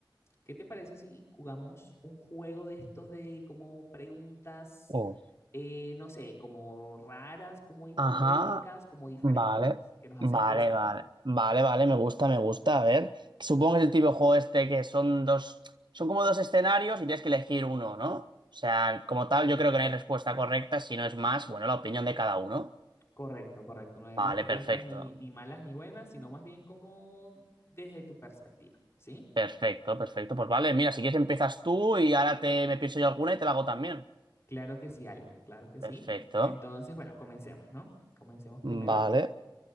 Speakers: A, on the left; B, on the right.
A: ¿qué te parece si jugamos un juego de estos de como preguntas,
B: Oh.
A: eh, no sé, como raras, como hipotéticas,
B: Ajá,
A: como diferentes,
B: vale,
A: que nos
B: vale,
A: hacen pensar?
B: vale, vale, vale, me gusta, me gusta, a ver. Supongo que es el tipo de juego este que son dos, son como dos escenarios y tienes que elegir uno, ¿no? O sea, como tal, yo creo que no hay respuesta correcta, si no es más, bueno, la opinión de cada uno.
A: Correcto, correcto. No hay
B: Vale,
A: respuestas
B: perfecto,
A: ni, ni malas ni buenas, sino más bien como desde tu perspectiva, ¿sí?
B: perfecto, perfecto. Pues vale, mira, si quieres empiezas tú y ahora te, me pienso yo alguna y te la hago también.
A: Claro que sí, Alex, claro que sí.
B: Perfecto.
A: Entonces, bueno, comencemos, ¿no? Comencemos primero.
B: Vale,